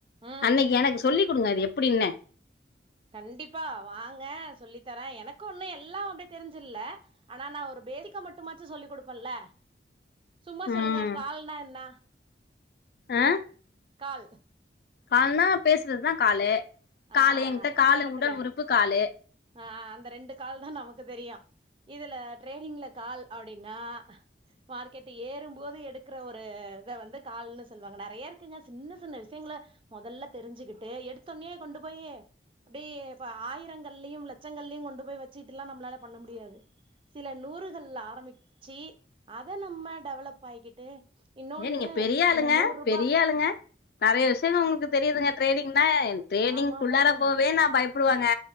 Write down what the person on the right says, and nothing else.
ம்
கண்டிப்பா வாங்க சொல்லி தரே எனக்கு ஒன்னு எல்லா அப்டே தெரிஞ்சில்ல ஆனா நா ஒரு பேரிக்க மட்டுமாச்சு சொல்லி குடுப்பல்ல சும்மா
சொல்லுங்க கால்னா என்ன
கால்
ஆ
இந்த எடத்துல
ஆ அந்த ரெண்டு கால் தா நமக்கு தெரியு இதுல ட்ரேடிங்ல கால் அப்டினா மார்க்கெட்டு ஏறும்போது எடுக்கற ஒரு இத வந்து கால்ன்னு சொல்லுவாங்க நறைய இருக்குங்க சின்ன சின்ன விஷயங்கள மொதல்ல தெரிஞ்சுக்கிட்டு எடுத்தோன்னயே கொண்டு போயி அப்டியே இப்ப ஆயிரங்கள்லயும் லட்சங்கள்லயு கொண்டு போய் வச்சுட்டுல்லா நம்ளால பண்ண முடியாது சில நூறுகள்ல ஆரம்பிச்சு அத நம்ம டெவலப் ஆயிக்கிட்டு இன்னொன்னு
அந்த நூறு ரூபா
ஆமா ஆமாமாங்க